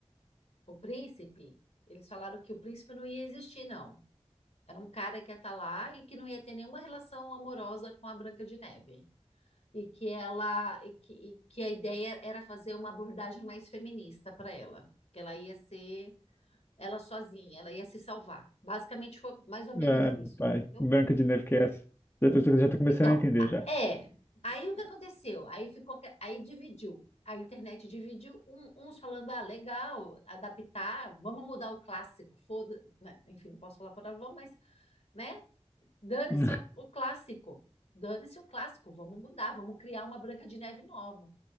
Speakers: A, on the left; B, on the left.
A: o príncipe, eles falaram que o príncipe não ia existir, não. Era um cara que ia estar lá e que não ia ter nenhuma relação amorosa com a Branca de Neve. E que ela, e que, e que a ideia era fazer uma abordagem mais feminista para ela, que ela ia ser ela sozinha, ela ia se salvar. Basicamente foi mais ou menos
B: Ai,
A: isso,
B: meu pai.
A: entendeu?
B: Branca de Neve que é essa? Já tô, já tô começando
A: Então,
B: a entender
A: a-
B: já.
A: é. Aí o que aconteceu? Aí ficou, que- aí dividiu. A internet dividiu, um- uns falando, ah, legal, adaptar, vamos mudar o clássico, foda, né? Enfim, não posso falar palavrão, mas, né? Dane-se
B: <laughs>
A: o, o clássico. Dane-se o clássico. Vamos mudar, vamos criar uma Branca de Neve nova.